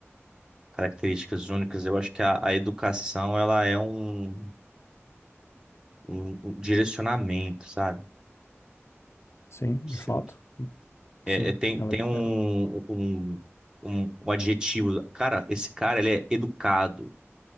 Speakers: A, on the right (about 15°); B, on the left (about 65°).
A: características únicas. Eu acho que a, a educação ela é um, um- um direcionamento, sabe?
B: Sim,
A: Não sei.
B: de fato,
A: É,
B: sim.
A: é, tem
B: Ela,
A: tem um,
B: é,
A: um, um, um adjetivo. Cara, esse cara ele é educado.